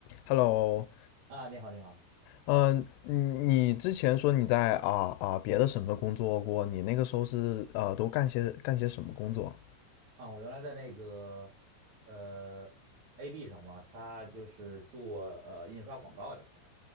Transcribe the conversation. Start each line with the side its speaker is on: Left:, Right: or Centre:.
Left: Hello，
Right: 啊，你好，你好
Left: 嗯，你你之前说你在啊啊别的省份工作过，你那个时候是呃都干些干些什么工作？
Right: 啊！我原来在那个呃 AB 上嘛，他就是做呃印刷广告这块儿的，